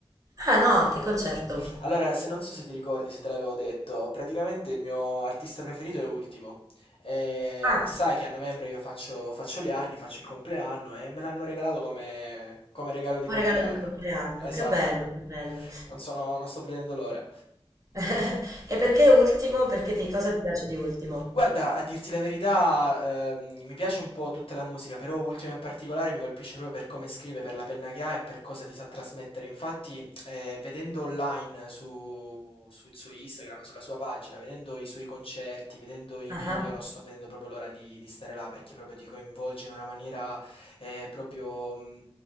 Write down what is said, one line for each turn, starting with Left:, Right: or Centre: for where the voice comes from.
Right: Ah no, che concerto?
Left: Allora, se non so se ti ricordi, se te l'avevo detto, praticamente il mio artista preferito è Ultimo. E
Right: Ah,
Left: sai che a novembre io faccio, faccio gli anni, faccio il compleanno e me l'hanno regalato come, come regalo di
Right: un
Left: compleanno.
Right: regalo di compleanno,
Left: Esatto.
Right: che bello, che bello.
Left: Non sono, non sto vedendo l'ora.
Right: <laughs> E perché ultimo? Perché ti, cosa ti piace di ultimo?
Left: Guarda, a dirti la verità, ehm, mi piace un po' tutta la musica, però Ultimo in particolare mi colpisce proprio per come scrive, per la penna che ha e per cosa ti sa trasmettere. Infatti, eh, vedendo online su- sul suo Instagram, sulla sua pagina, vedendo i suoi concerti, vedendo i
Right: Ah,
Left: video,
Right: ah.
Left: non sto vedendo proprio l'ora di, di stare là perché proprio ti coinvolge in una maniera eh, proprio, mh,